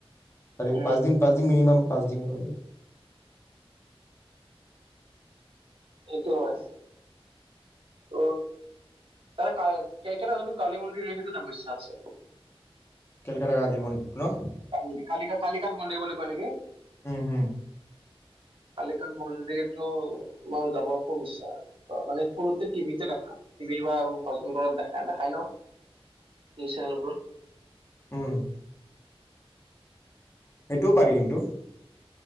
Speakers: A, on the left; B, on the right.
A: চাৰি
B: উম
A: পাঁচ দিন, পাঁচ দিন মিনিমাম পাঁচ দিন লৈ ল
B: সেইটো হয়। ত ত কেলকেতা জনো কালী মন্দিৰ সেইটোও জাব ইচ্ছা আছে।
A: কেলকেতা কালি মন্দিৰ ন?
B: কালি কালিকা কালিকাত মন্দিৰ বুলি কয় নেকি?
A: উম, হম।
B: পালেকান মোৰ যিহেতু মাৰ যাব একো বিশ্বাস মানে সৰুতে টিভিতে। ৰিবা আৰু ভজনবোৰত দেখা, দেখাই ন। নিজ চেনেলোৰত।
A: উম। সেইটোও পাৰি কিন্তু।